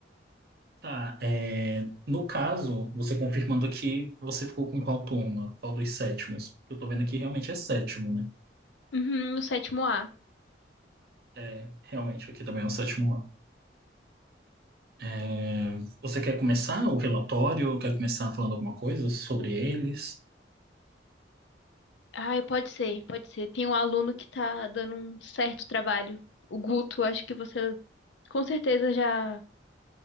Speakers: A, on the right (about 55°); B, on the left (about 80°).
A: Tá, é, no caso, você confirmando aqui, você ficou com qual turma? Qual dos sétimos? Porque eu tô vendo aqui realmente é sétimo, né?
B: Uhum, no sétimo A.
A: É, realmente, aqui também é o sétimo ano. É, você quer começar o relatório? Quer começar falando alguma coisa sobre eles?
B: Ah, pode ser, pode ser. Tem um aluno que tá dando um certo trabalho. O Guto, acho que você com certeza já.